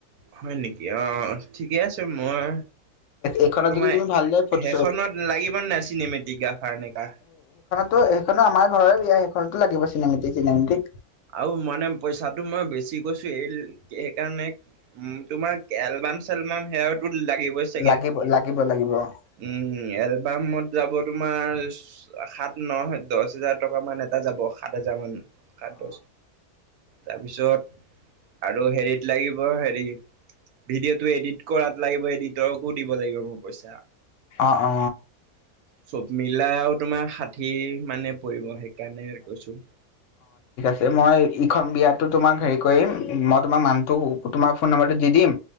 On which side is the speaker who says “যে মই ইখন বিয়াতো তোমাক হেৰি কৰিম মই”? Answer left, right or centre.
Left